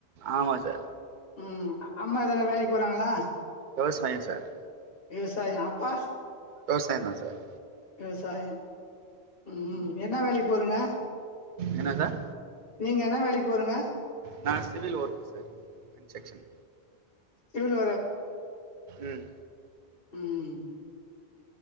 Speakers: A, on the right; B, on the left.
A: ஆமா சார்
B: உம் அம்மா எதனா வேலைக்கு போறாங்களா
A: விவசாயம் சார்
B: விவசாயம் அப்பா
A: விவசாய தான் சார்
B: விவசாயம் உம் என்ன வேலைக்கு பொருங்க
A: என்ன சார்
B: நீங்க என்ன வேலைக்கு போரங்க
A: நான் civil work sir construction
B: civil
A: உம்
B: உம்